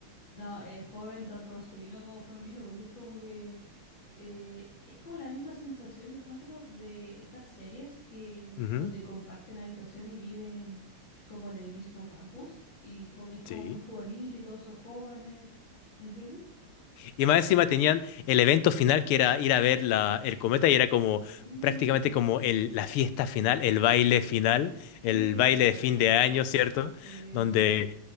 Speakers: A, on the left (about 60°); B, on the left (about 85°).
A: No, eh, joven, tanto masculino como femenino, porque es como que eh, es como la misma sensación, yo encuentro, de estas series que
B: Ujú,
A: donde comparten habitación y viven como en el mismo campus y como, es como
B: Sí.
A: muy juvenil y todos son jóvenes, ¿me entiendes?
B: Y más encima tenían el evento final que era ir a ver la, el cometa y era como
A: Mm,
B: prácticamente como el, la fiesta final, el baile final,
A: sí,
B: el baile
A: el de graduación.
B: de fin de año, ¿cierto?
A: Sí,
B: Donde
A: sí.